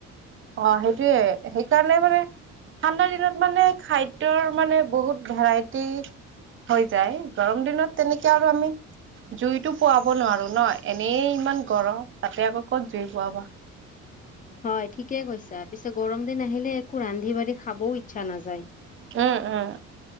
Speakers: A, on the right (about 45°); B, on the left (about 30°).
A: অ' সেইটোয়ে সেইকাৰণে মানে ঠাণ্ডা দিনত মানে খাদ্যৰ মানে বহুত ভেৰাইটি হৈ যায়, গৰম দিনত তেনেকে আৰু আমি জুইতটো পুৱাব নোৱাৰো ন, এনেই ইমান গৰম তাতে আকৌ ক'ত জুই পুৱাবা?
B: হয় ঠিকে কৈছা, পিছে গৰম দিন আহিলে একো ৰান্ধি বাঢ়ি খাবও ইচ্ছা নাযায়।
A: উম, উম,